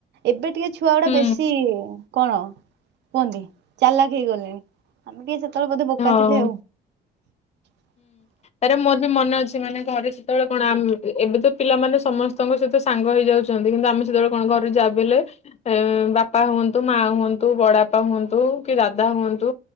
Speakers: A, on the right; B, on the left.
A: ଏବେ ଟିକେ ଛୁଆ ଗୁଡା
B: ହୁଁ
A: ବେଶୀ କଣ କୁହନ୍ତି ଚାଲାକ ହେଇ ଗଲେଣି ଆମେ ଟିକେ ସେତେବେଳେ ବୋଧେ ବୋକ
B: ହଁ।
A: ଥିଲେ ଆଉ। ହଁ
B: ତାର ମୋର ବି ମନେ ଅଛି ମାନେ ଘରେ ସେତେବେଳେ କଣ ଏବେ ତ ପିଲାମାନେ ସମସ୍ତଙ୍କ ସହିତ ତ ସାଙ୍ଗ ହେଇଯାଉଛନ୍ତି କିନ୍ତୁ ଆମେ ସେତେବେଳେ କଣ ଘରେ ଯା ବିହେଲେ ଏ ବାପା ହୁଅନ୍ତୁ ମା ହୁଅନ୍ତୁ ବଡ ବାପା ହୁଅନ୍ତୁ କି ଦାଦା ହୁଅନ୍ତୁ